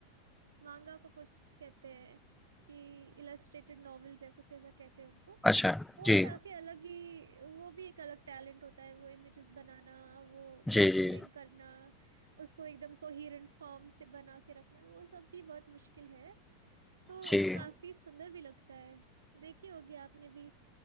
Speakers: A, on the right (about 65°); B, in the centre.
A: मांगा को कुछ कहते हैं कि इलस्ट्रेटेड नॉवेल्स या कुछ ऐसा कहते हैं उनको
B: अच्छा
A: वो
B: जी
A: काफी अलग ही वो भी एक अलग टैलेंट होता है वो इमेजेस बनाना वो
B: जी
A: कैप्शनिंग
B: जी
A: करना उसको एकदम कोहेरेंट फॉर्म से बना के रखना वो सब भी बहुत मुश्किल है तो
B: जी
A: काफी सुंदर भी लगता है देखी होगी आपने भी